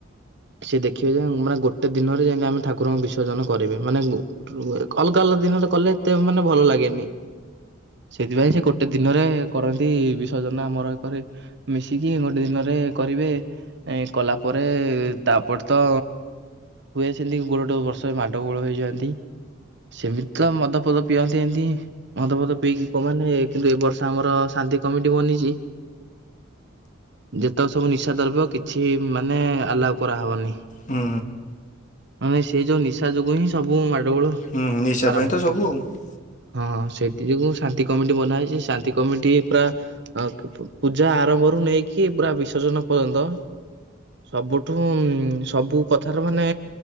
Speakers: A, on the right; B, on the left.
A: ସେ ଦେଖିବା ଯେ ମାନେ ଗୋଟେ ଗୋଟେ ଦିନରେ ଯେମତି ଆମେ ଠାକୁରଙ୍କୁ ବିସର୍ଜନ କରିବେ ମାନେ ଅଲଗା ଅଲଗା ଦିନରେ କଲେ ତେ ମାନେ ଭଲ ଲାଗେନି ସେଥିପାଇଁ ସେ ଗୋଟେ ଦିନରେ କରନ୍ତି ବିସର୍ଜନ ଆମର ଏକରେ ମିଶିକି ଗୋଟେ ଦିନରେ କରିବେ ଏ କଲା ପରେ ତାପରେ ତ ହୁଏ ସେମିତି ଗୋଟଟୋ ବର୍ଷ ମାଡ଼ ଗୋଳ ହୋଇଯାଆନ୍ତି ସେମିତି ତ ମଦଫଦ ପିଅନ୍ତି ଏମିତି ମଦଫଦ ପିଇକି କୋଉ ମାନେ କିନ୍ତୁ ଏ ବର୍ଷ ଆମର ଶାନ୍ତି କମିଟି ବନିଛି। ଯେତେକ ସବୁ ନିଶା ଦ୍ରବ୍ୟ କିଛି ମାନେ ଆଲାଓ କରାହବନି।
B: ହୁଁ।
A: ମାନେ ସେ ଯୋଉ ନିଶା ଯୋଗୁ ହିଁ ସବୁ ମାଡଗୋଳ
B: ହୁଁ ନିଶା
A: ଆରମ୍ଭ।
B: ପାଇଁ ତ ସବୁ ଆଉ
A: ହଁ ହଁ ସେଥି ଯୋଗୁ ଶାନ୍ତି କମିଟି ବନାହେଇଛି ଶାନ୍ତି କମିଟି ପୁରା ଆଁ ପୂଜା ଆରମ୍ଭରୁ ନେଇକି ପୁରା ବିସର୍ଜନ ପର୍ଯ୍ୟନ୍ତ ସବୁ ହୁଁ ସବୁ କଥାର ମାନେ